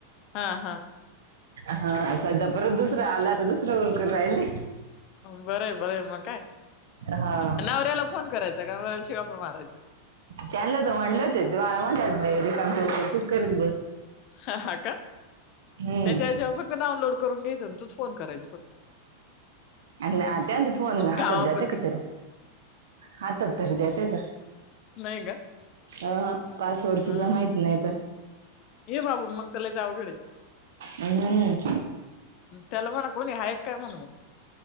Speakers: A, on the left (about 40°); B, on the right (about 60°).
A: हा हा
B: हा सध्या परत दुसरा आला तर दुसरं उरकू राहिले.
A: बरं आहे बरं आहे मग काय
B: हा
A: नवऱ्याला फोन करायचा का नवऱ्याशी गप्पा मारायच्या.
B: त्यांनाला तर म्हटलं ते म्हणतात <unintelligible> रिकाम ठेव तूच करीत बस.
A: ह हा का
B: हम्म
A: त्याच्या जेव्हा फक डाउनलोड करून घ्याचं तूच फोन करायच फक्त.
B: आणि त्याच फोन हातात
A: कामापुरती
B: देतात का तरी? हातात तरी देतायेत का?
A: नाही का
B: अह पासवर्ड
A: हा
B: सुद्धा माहित नाही तर.
A: ये बाबो मग तर लयच अवघड आहे.
B: हम्म
A: त्याला म्हणाव कोणी हाय का म्हणाव.